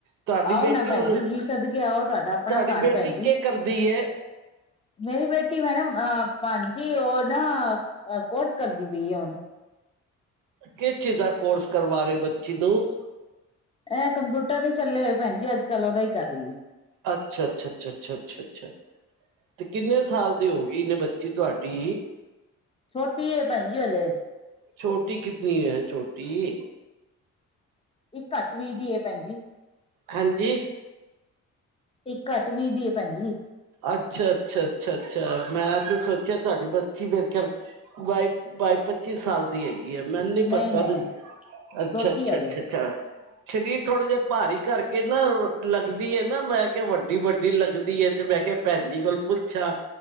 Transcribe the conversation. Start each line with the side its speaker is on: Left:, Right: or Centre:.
Right: ਤੁਹਾਡੀ
Left: ਆਓ
Right: ਬੇਟੀ
Left: ਨਾ ਭੈਨ
Right: ਹੁਣ
Left: ਜੀ, ਜੀ ਸਦਕੇ ਆਓ ਤੁਆਡਾ ਆਪਣਾ
Right: ਤੁਹਾਡੀ
Left: ਘਾਰ
Right: ਬੇਟੀ
Left: ਏ ਭੈਨ
Right: ਕੀ
Left: ਜੀ।
Right: ਕਰਦੀ ਏ?
Left: ਮੇਰੀ ਬੇਟੀ ਮੈਡਮ ਅ, ਹਾਂਜੀ ਓ ਨਾ ਕੋਰਸ ਕਰਦੀ ਪਈ ਏ ਹੋਣ
Right: ਕਿਸ ਚੀਜ ਦਾ ਕੋਰਸ ਕਰਵਾ ਰਏ ਓ ਬੱਚੀ ਨੂੰ?
Left: ਏ ਕੰਪੂਟਰ ਨੀ ਚੱਲੇ ਹੋਏ ਭੈਨਜੀ ਅੱਜ-ਕੱਲ, ਓਦਾ ਈ ਕਰ ਰਈ ਏ।
Right: ਅੱਛਾ, ਅੱਛਾ, ਅੱਛਾੱ, ਅੱਛਾ, ਅੱਛਾ, ਅਛਾ। ਤੇ ਕਿੰਨੇ ਸਾਲ ਦੀ ਹੋ ਗਈ ਨੇ ਬੱਚੀ ਤੁਹਾਡੀ
Left: ਛੋਟੀ ਏ ਭੈਣ ਜੀ ਹਲੇ
Right: ਛੋਟੀ ਕਿਤਨੀ ਹੈ ਛੋਟੀ
Left: ਇਕ ਘੱਟ ਵੀ ਦੀ ਐ ਭੈਣ ਜੀ
Right: ਹਾਂਜੀ।
Left: ਇੱਕ ਘੱਟ ਵੀ ਦੀ ਏ ਭੈਨਜੀ
Right: ਅੱਛਾ, ਅੱਛਾ, ਅੱਛਾ, ਅੱਛਾ ਮੈਂ ਤੇ ਸੋਚੇਆ ਤੁਆਡੀ ਬੱਚੀ ਮੇਰੇ ਖੇਆਲ ਬਾਈ, ਬਾਈ ਪੱਚੀ ਸਾਲ ਹੈਗੀ ਏ, ਮੈਨ ਨੀ
Left: ਨਹੀਂ
Right: ਪਤਾ
Left: ਨਹੀਂ
Right: ਵੀ, ਅੱਛਾ,
Left: ਛੋਟੀ
Right: ਅੱਛਾ,,
Left: ਹਲੇ
Right: ਅੱਛਾ ਅੱਛਾ ਸ਼ਰੀਰ ਥੋੜੇ ਜੇ ਭਾਰੀ ਕਾਰਕੇ ਨਾ, ਲੱਗਦੀ ਏ ਨਾ ਮੈਂ ਕੈਹਾ ਵੱਡੀ, ਵੱਡੀ ਲੱਗਦੀ ਏ ਤੇ ਮੈਂ ਕੇਆ ਭੈਨ ਜੀ ਕੋਲ ਪੁੱਛਾਂ,